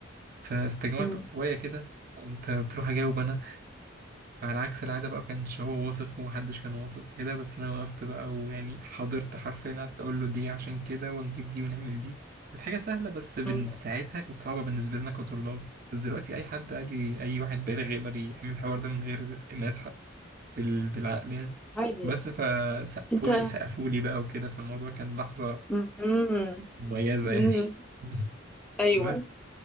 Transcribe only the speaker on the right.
فاستجمعت
قوايا كده قمت قلت اروح اجاوب انا فعلى عكس العادة بقى مكانش هو واثق ومحدش كان واثق وكده بس أنا وقفت بقى ويعني حضرت حرفيا قعدت أقول له دي عشان كده ونجيب دي ونعمل دي كانت حاجة سهلة بس بن-
ساعتها كانت صعبة بالنسبة لنا كطلاب بس دلوقتي أي حد عادي أي واحد بالغ يقدر يحمل الحوار ده من غير ما يسحب بال- بالعقل يعني
بس فسقفولي
سقفولي بقى وكده فالموضوع كان لحظة
مميزة
يعني <laughs>
بس